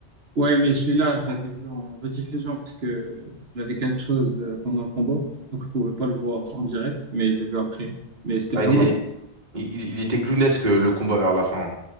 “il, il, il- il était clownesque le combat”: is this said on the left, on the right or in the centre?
Right